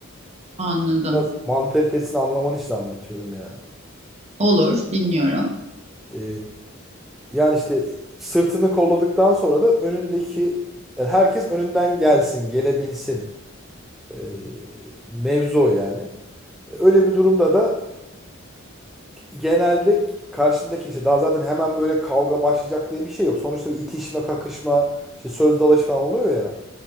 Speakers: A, on the right; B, in the centre.
A: anladım.
B: Biraz mantalitesini anlaman için anlatıyorum yani.
A: Olur, dinliyorum.
B: Ee, yani işte sırtını kolladıktan sonra da önündeki yani herkes önünden gelsin, gelebilsin. Ee, mevzu o yani. Öyle bir durumda da genelde karşındaki işte daha zaten hemen böyle kavga başlayacak diye bir şey yok. Sonuçta bir itişme, kakışma, işte söz dalaşı falan oluyor ya.